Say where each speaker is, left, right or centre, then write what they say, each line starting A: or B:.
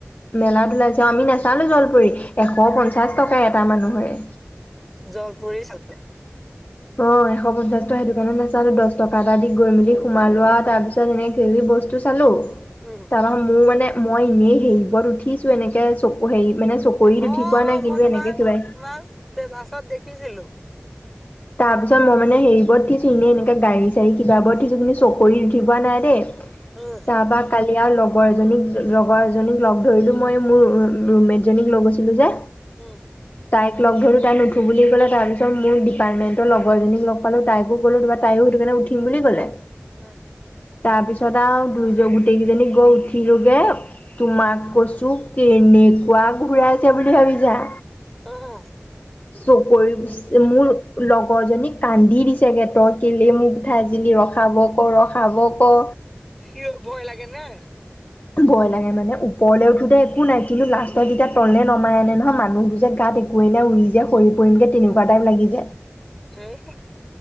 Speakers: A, on the left; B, in the centre.
A: মেলাত ওলাইছে। অ' আমি নাচালো জলপৰি এশ পঞ্চাছ টকা এটা মানুহৰে।
B: জলপৰি চালে।
A: অ' এশ পঞ্চাছ টকা, সেইটো কাৰণে নাচালো। দহ টকা এটা দি গৈ মেলি সোমাই লোৱা তাৰ পিছত তাত এনে খেলি বস্তু চালো।
B: উম।
A: তাৰপাছত মোৰ মানে, মই এনেই হেৰি ওপৰত উঠিছো এনেকে চকু হেৰি মানে চকৰিত
B: অ',
A: উঠি পোৱা
B: অ'
A: নাই
B: মই
A: কিন্তু
B: তোমাক,
A: এনেকে কিবা
B: তোমাক বাছত দেখিছিলো।
A: তাৰপিছত মই মানে হেৰিবোৰত উঠিছোঁ, এনে এনেকে গাড়ী-চাড়ী কিবাবোৰত উঠিছো, কিন্তু চকৰিত উঠি পোৱা নাই দেই।
B: উম,
A: তাৰপা কালি ইয়াৰ লগৰ এজনীক, লগৰ এজনীক লগ ধৰিলো মই মোৰ ৰু-ৰুমমেট জনীক লৈ গৈছিলো যে।
B: উম।
A: তাইক লগ ধৰিলো, তাই নুঠো বুলি ক'লে তাৰ পিছত মোৰ তাইৰ এইমাত্ৰ লগৰ এজনীক লগ পালোঁ তাইকো ক'লো, তোমাৰ তাইও সেইটো কাৰণে উঠিম বুলি ক'লে।
B: উম।
A: তাৰ পিছত আৰু দুজন, গোটেই কেইজনী গৈ উঠিলোগে তোমাক কৈছো কেনেকুৱা ঘূৰাইছে বুলি ভাবিছা।
B: অ'
A: চকৰি হৈছে মোৰ। লগৰজনীক কান্দি দিছে গে, ত‌ই কেলেই মোক উঠাইছিলি ৰখাব ক, ৰখাব ক।
B: সিও ভয় লাগে নে।
A: ভয় লাগে মানে ওপৰলৈ উঠোতে একো নাই কিন্তু লাষ্টত যেতিয়া তললে নমাই আনে নহয়, মানুহ বোৰ যে গাত একো পৰিলে উৰি যে সৰি পৰিম গে তেনেকুৱা টাইপ লাগি যায়।
B: হেই।